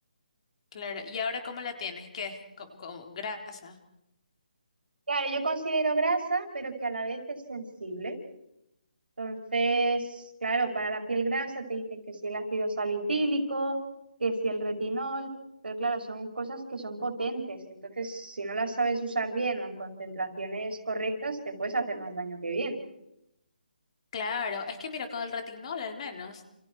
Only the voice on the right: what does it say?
Claro, yo considero grasa, pero que a la vez es sensible. Entonces, claro, para la piel grasa te dicen que si el ácido salicílico, que si el retinol, pero claro, son cosas que son potentes. Entonces, si no las sabes usar bien o en concentraciones correctas, te puedes hacer más daño que bien.